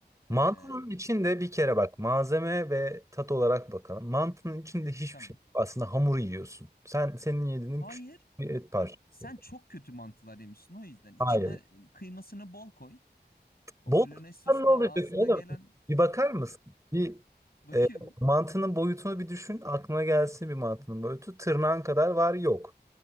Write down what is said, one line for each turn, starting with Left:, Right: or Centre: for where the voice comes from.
Right: Mantının
Left: e,
Right: içinde bir kere bak malzeme ve tat olarak bakalım. Mantının içinde hiçbir
Left: tamam.
Right: şey yok. Aslında hamur yiyorsun. Sen senin yediğin
Left: Hayır.
Right: küçük bir et parçası.
Left: Abi, sen çok kötü mantılar yemişsin o yüzden. içine
Right: Hayır.
Left: e, kıymasını bol koy. O
Right: Bol
Left: bolognese sosu
Right: kazan ne
Left: da
Right: olacak
Left: ağzına
Right: oğlum?
Left: gelen
Right: Bir bakar mısın? Bir
Left: bakıyorum.
Right: e, mantının boyutunu bir düşün. Aklına gelsin bir mantının boyutu. Tırnağın kadar var yok.